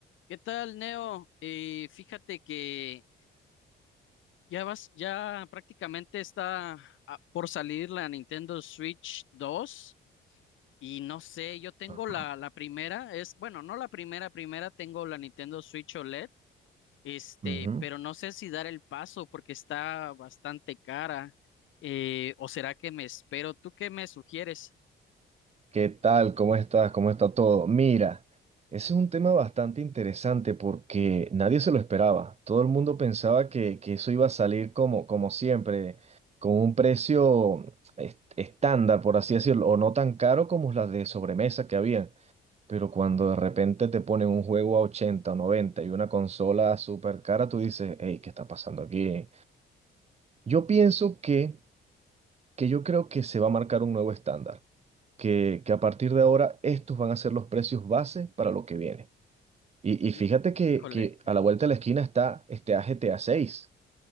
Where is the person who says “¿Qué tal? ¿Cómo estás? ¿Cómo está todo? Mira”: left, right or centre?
Right